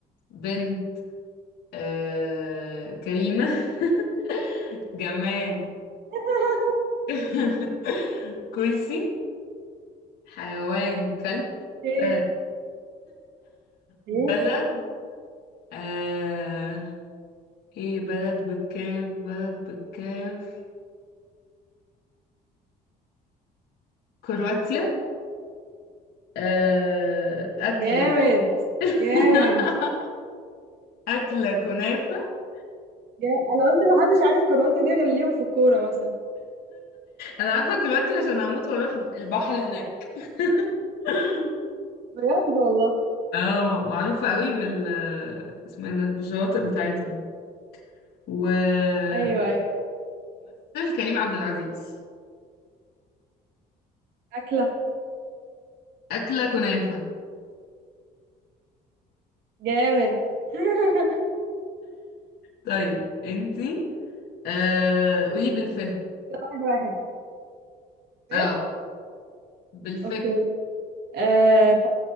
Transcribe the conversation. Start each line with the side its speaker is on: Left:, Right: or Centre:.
Left: بنت آه كريمة <laughs> جماد
Right: <laughs>
Left: <laughs> كرسي حيوان كلب
Right: اوكي
Left: سهل.
Right: إيه؟
Left: بلد آه ايه بلد بالكاف بلد بالكاف كرواتيا آه أكلة
Right: جامد
Left: <laughs>
Right: جامد
Left: أكلة كنافة <laughs>
Right: جا- انا قلت محدش عارف كرواتة دي غير اليوم في الكورة مثلا
Left: أنا عارفة كرواتيا عشان هموت وأروح البحر هناك <laughs>
Right: بجد والله
Left: اه معروفة قوي بال اسمه ايه ده بالشواطئ بتاعتها وممثل
Right: ايوه ايوه
Left: كريم عبد العزيز
Right: اكلة
Left: أكلة كنافة
Right: جامد <laughs>
Left: طيب انتي آه... قولي بالفهم
Right: واحد واحد ايه
Left: اه بالفهم
Right: اوكي آه... ف-